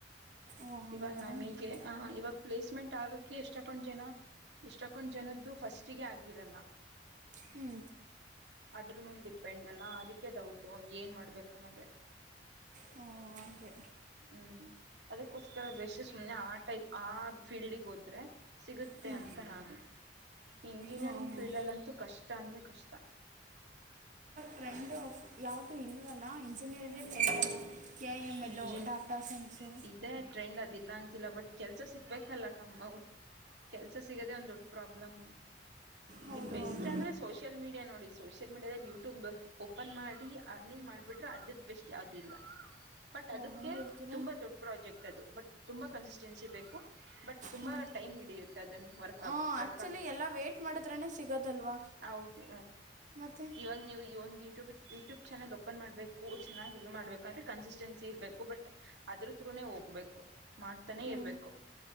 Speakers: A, on the right (about 45°); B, on the right (about 80°).
A: ಓ ಹಂಗ
B: ಇವಾಗ ನಮಿಗೆ
A: ಹ್ಞೂ
B: ಇವಾಗ್ ಪ್ಲೇಸ್ಮೆಂಟ್ ಆಗಕ್ಕೆ ಎಷ್ಟಕೊಂದ್ ಜನ ಇಷ್ಟಕ್ಕೊಂಡ್ ಜನದ್ದು ಫಸ್ಟಿಗೆ ಆಗಿರಲ್ಲ.
A: ಹ್ಮ್
B: ಅದ್ರ ಮೇಲೆ ಡಿಪೆಂಡ್ ಅಲ್ಲಾ ಅದಕ್ಕೆ ಡೌಟು ಏನ್ ಮಾಡ್ಬೇಕನ್ನೋದೆ.
A: ಹ್ಮೂ ಹಂಗೆ.
B: ಹ್ಮ್ ಅದಕ್ಕೋಸ್ಕರ ಬೇಸಸ್ ಮೇಲೆ ಆ ಟೈಪ್ ಆ ಫೀಲ್ಡಿಗ್ ಹೋದ್ರೆ ಸಿಗುತ್ತೆ
A: ಹ್ಞೂ
B: ಅಂತ ನಾನು ಇಂಜಿನಿಯರಿಂಗ್
A: ಹಾಂ ಹಾಂ
B: ಫೀಲ್ಡಲ್ಲಂತೂ ಕಷ್ಟ ಅಂದರೆ ಕಷ್ಟ.
A: ಟ್ರೆಂಡ್ಫ್ ಯಾವ್ದು ಇಲ್ವಲ್ಲಾ ಇಂಜಿನಿಯರಿಂಗ್ ಹೇಳ್ ಬರ್ತಲ್ಲ ಕೆ ಐ ಎಮ್ ಎಲ್ಲು
B: ಇಂಜಿನ್
A: ಡಾಟಾ ಸೈನ್ಸು.
B: ಇದೇ ಟ್ರೆಂಡ್ ಅದಿಲ್ಲ ಅಂತಿಲ್ಲ ಬಟ್ ಕೆಲ್ಸ ಸಿಗ್ಬೇಕಲ್ಲ ಕಮ್ಮ್ ಅವ್ರು ಕೆಲ್ಸ ಸಿಗದೆ ಒಂದ್ ದೊಡ್ಡ್ ಪ್ರಾಬ್ಲಮ್ಮು.
A: ಹೌದು
B: ಈಗ್ ಬೆಸ್ಟ್
A: ಹೌದು
B: ಅಂದ್ರೆ ಸೋಷಿಯಲ್ ಮೀಡಿಯಾ ನೋಡಿ ಸೋಷಿಯಲ್ ಮೀಡಿಯಾದಲ್ಲಿ ಯೂಟ್ಯೂಬ್ ಓಪನ್ ಮಾಡಿ ಅರ್ನಿಂಗ್ ಮಾಡ್ಬಿಟ್ರೆ ಅದ್ರದಷ್ಟು ಯಾವ್ದ ಇಲ್ಲಿ ಬಟ್ ಅದಕ್ಕೆ
A: ಓ ಹಂಗೆ ಹೇಳ್ತೀರಾ
B: ತುಂಬಾ ದೊಡ್ ಪ್ರಾಜೆಕ್ಟ್ ಅದು ಬಟ್ ತುಂಬ ಕನ್ಸಿಸ್ಟೆನ್ಸಿ ಬೇಕು ಬಟ್ ತುಂಬ
A: ಹಾಂ
B: ಟೈಮ್ ಹಿಡಿಯುತ್ತೆ ಅದನ್ನು ವರ್ಕ್
A: ಹಾಂ
B: ಆಗಕ್
A: ಆ್ಯಕ್ಚುಲಿ
B: ವರ್ಕ್ ಆಗಕ್ಕೆ
A: ಎಲ್ಲ ವೇಟ್ ಮಾಡಿದ್ರೇ ಸಿಗೋದಲ್ವಾ
B: ಹೌದು.
A: ಮತ್ತೆ
B: ಇವಾಗ್ ನೀವು ಈ ಒಂದು ಯೂಟ್ಯೂಬ್ ಯೂಟ್ಯೂಬ್ ಚಾನೆಲ್ ಓಪನ್ ಮಾಡಬೇಕು ಚೆನ್ನಾಗಿ ಇದ್ ಮಾಡ್ಬೇಕಂದ್ರೆ ಕನ್ಸಿಸ್ಟೆನ್ಸಿ ಇರಬೇಕು ಬಟ್ ಅದ್ರ ತ್ರೂನೆ ಹೋಗ್ಬೇಕು ಮಾಡ್ತಾನೆ
A: ಹ್ಞೂ
B: ಇರ್ಬೇಕು